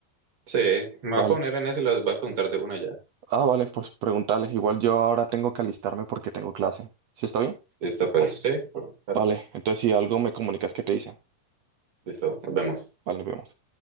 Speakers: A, on the right; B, on the right.
A: Sí, me voy
B: Vale.
A: a poner en eso y les voy a preguntar de una ya.
B: Ah, vale, pues preguntarles. Igual yo ahora tengo que alistarme porque tengo clase. ¿Sí está bien?
A: Listo, pues, sí. Claro.
B: Vale, entonces si algo me comunicas que te dicen.
A: Listo, nos vemos.
B: Vale, nos vemos.